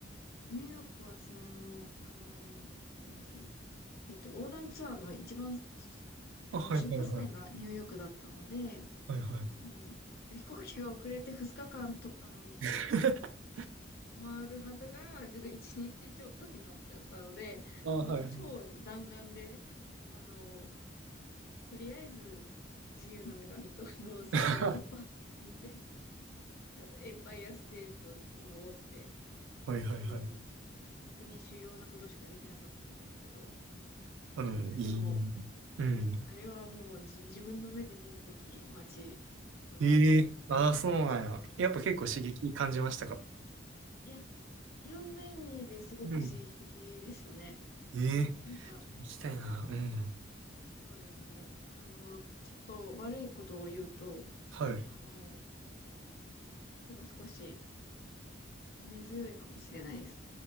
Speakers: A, on the left; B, on the right.
A: ニューヨークは、その、あの、なんだっけ、えっと、横断ツアーの一番、しあの、
B: あ、はいはいはい。
A: 出発点がニューヨークだったので、
B: はいはい。
A: うん。飛行機が遅れて2日間と、あの、
B: <laughs>
A: 止まるはずが、ちょっと1日ちちょっとになっちゃったので、
B: あ、はいはい。
A: もう超弾丸で、あのとりあえず、自由の女神と、あの、セントラルパークを見て、
B: <laughs>
A: <laughs> で、あと、エンパイアステート登って
B: はいはいはいはい
A: っていう、なんか、本当に主要なことしかできなかったですけど、
B: あの、
A: いや、
B: いい。
A: でも、
B: うん。
A: いや、あれはもう自、自分の目で見るべき街だと思います。
B: ええああ、そうなんや。やっぱ結構刺激感じましたか
A: いや、いや、いろんな意味ですごく刺激的でしたね。
B: うん。ええ
A: なんか、
B: 行きたいな。うん。
A: そうですね。あの、ちょっと悪いことを言うと、
B: はい。
A: あの、生物が少し根強いかもしれないです。